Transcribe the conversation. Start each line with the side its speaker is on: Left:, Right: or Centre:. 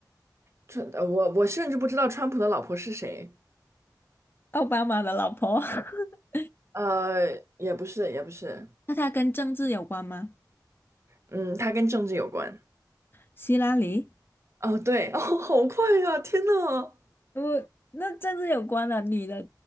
Right: 川，呃，我我甚至不知道川普的老婆是谁。
Left: 奥巴马的老婆。<laughs>
Right: 呃，也不是，也不是。
Left: 那她跟政治有关吗？
Right: 嗯，他跟政治有关。
Left: 希拉里？
Right: 哦，对，哦，好快呀！天呐，
Left: 我那政治有关的女的，